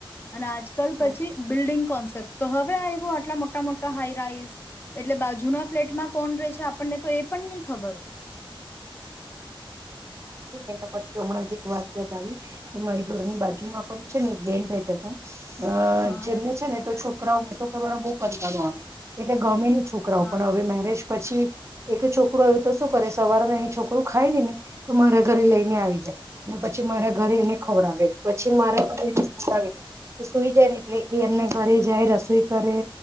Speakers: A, on the left; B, on the right.
A: અને આજકાલ
B: હા
A: પછી બિલ્ડિંગ કોન્સેપ્ટ તો હવે આવ્યું આટલા મોટા મોટ હાઈરાઈઝ એટલે બાજુના ફ્લેટમાં કોણ ર છે આપણને તો એ પણ નહી ખબર.
B: ને એના પર થી હમણાં જ એક વાત યાદ આવી કે મારી ઘરની બાજુમાં પણ છે ને એક બેન રહેતા હતા અ
A: હોય.
B: જેમને છે ને તો છો છોકરા ટો કરવાને બઉુ કંટાળો આવે એટલે ગમેની છોકરાઓ
A: હા હા
B: પણ હવે મેરેજ પછી એક છોકરોું આવ્યું તો શું કરે સવારને એ છોકરું ખાય ને ને તો મારા ઘરે લઈને આવી જાય ને પછી મારા ઘરે
A: ઓ
B: એને ખવડાવે પછી મારા <unintelligible> એ સુઈ જાય ને એટલે એ એમને ઘરે જાય રસોઈ કરે